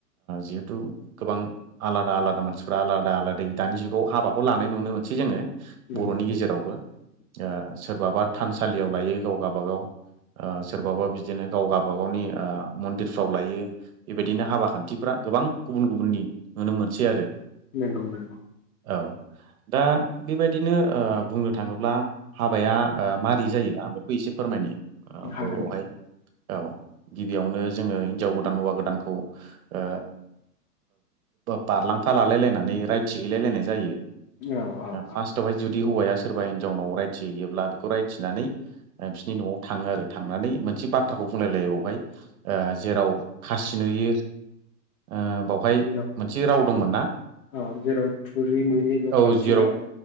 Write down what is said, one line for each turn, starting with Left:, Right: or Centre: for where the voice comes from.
Right: जिहेथु गोबां आलादा आलादा मानसिफ्रा आलादा आलादै दानि जुगाव हाबाखौ लानाय नुनो मोनसै जोङो
Left: नंगौ
Right: बर'नि गेजेरावबो ओ सोरबाबा थानसालियाव लायो गाव गाबा बागाव सोरबाबा बिदिनो गाव गाबागावनि मन्दिरफ्राव लायो बेबायदिनो हाबा खान्थिफ्रा गोबां गुबुन गुबुननि नुनो मोनसै आरो
Left: नंगौ नंगौ
Right: औ दा बेबायदिनो ओ बुंनो थाङोब्ला ओ हाबाया मारै जायो आं बेखौ एसे फोरमायनो
Left: हागोन
Right: बर'आवहाय
Left: दे
Right: औ गिबियावनो जोङो हिनजाव गोदान हौवा गोदानखौ ओ बारलांफा लालायलायनानै रायथि हैलायलायनाय जायो
Left: औ औ औ
Right: फार्स्टवहाय जुदि हौवाया सोरबा हिनजावनाव रायथिहैयोब्ला बेखौ रायथिनानै बिसोरनि न'आव थाङो आरो थांनानै मोनसे बाथ्राखौ बुंलायलायो बेावहाय ओ जेराव खासि नुयो ओ बाव ओमफाय
Left: बेयाव
Right: मोनसे राव दंमोन ना
Left: औ जेराव थुरि नुयो बेयाव
Right: औ
Left: बाथि
Right: जेराव
Left: गारो